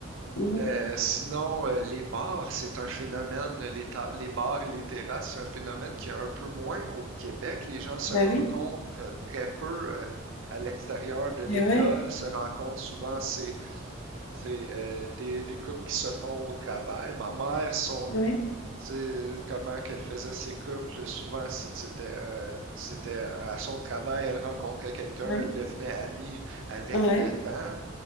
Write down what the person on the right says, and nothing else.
Euh, sinon, euh, les bars, c'est un phénomène, les, ta- les bars et les terrasses, c'est un phénomène qui est un peu moins au Québec. Les gens se
rencontrent
euh, très peu euh, à l'extérieur de l'école,
se rencontrent souvent, c'est c'est, euh, des, des couples qui se font au travail. Ma mère, son,
c'est comment qu'elle faisait ses couples, souvent c'est- c'était euh, c'était à son travail, elle rencontrait quelqu'un,
elle devenait amie avec
le temps.